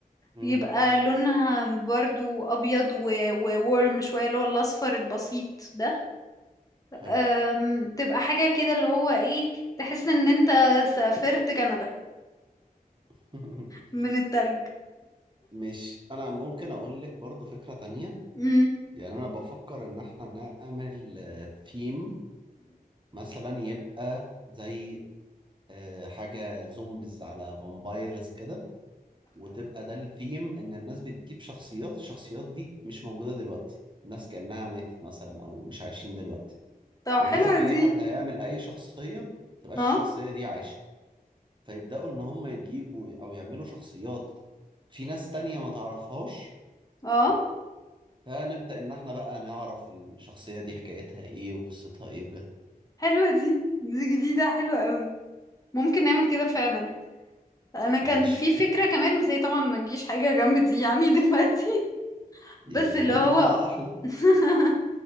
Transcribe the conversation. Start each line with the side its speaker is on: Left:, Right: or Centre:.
Right: امم
Left: يبقى لونها برضو أبيض و- وورم شوية اللي هو الأصفر البسيط ده
Right: حلو
Left: أم، تبقى حاجة كده اللي هو ايه تحس ان انت سافرت كندا
Right: <laughs>
Left: من التلج
Right: مش انا ممكن اقول لك برضو فكرة تانية
Left: امم
Right: يعني انا بفكر ان احنا نعمل ثيم مثلا يبقى زي آه، حاجة زومبيز على فامبايرز كده وتبقى ده الثيم ان الناس بتجيب شخصيات الشخصيات دي مش موجودة دلوقتي الناس كأنها ماتت مثلا او مش عايشين دلوقتي
Left: طب
Right: ولازم
Left: حلوة
Right: اي
Left: دي
Right: حد هيعمل اي شخصية تبقاش
Left: اه
Right: الشخصية دي عايشة فيبدأوا إن هم يجيبوا أو يعملوا شخصيات في ناس تانية ما تعرفهاش
Left: اه
Right: فنبدأ إن إحنا بقى نعرف الشخصية دي حكايتها إيه وقصتها إيه وكده
Left: حلوة دي دي جديدة حلوة قوي ممكن نعمل كده فعلا انا كان
Right: ماشي
Left: في فكرة كمان بس هي طبعا ما تجيش حاجة جنب دي يعني <laughs> دلوقتي
Right: دي
Left: بس اللي
Right: ممكن
Left: هو
Right: تطلع أحلى
Left: <laughs>